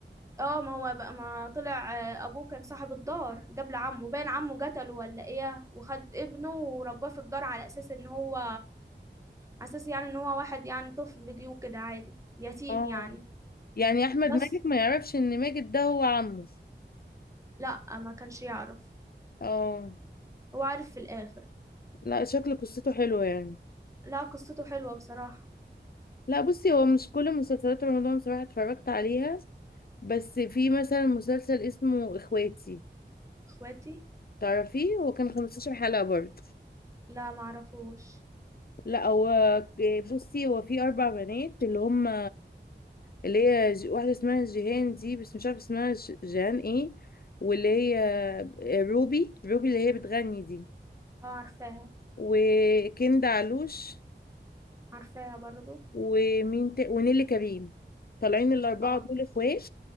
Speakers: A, on the right; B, on the left.
A: اه ما هو بقى ما طلع آه، ابوه كان صاحب الدار قبل عمه باين عمه قتله ولا ايه وخد ابنه ورباه في الدار على اساس ان هو على اساس يعني ان هو واحد يعني طفل جه كده عادي يتيم
B: اه
A: يعني
B: يعني احمد
A: بس
B: ماجد ما يعرفش ان ماجد ده هو عمه
A: لا ما كانش يعرف
B: اه
A: هو عارف في الاخر
B: لا شكل قصته حلوة يعني
A: لا قصته حلوة بصراحة
B: لا بصي هو مش كل مسلسلات رمضان صراحة اتفرجت عليها بس في مثلا مسلسل اسمه اخواتي
A: اخواتي
B: تعرفيه هو كان 15 حلقة برضه
A: لا ما اعرفوش
B: لا هو بصي هو في أربع بنات اللي هم اللي هي ج- واحدة اسمها جيهان دي بس مش عارفة اسمها ج- جيهان ايه واللي هي روبي روبي اللي هي بتغني دي
A: اه عارفاها
B: وكندا علوش
A: عارفاها برضو
B: ومين تا... ونيلي كريم طالعين الأربعة
A: اه
B: دول اخوات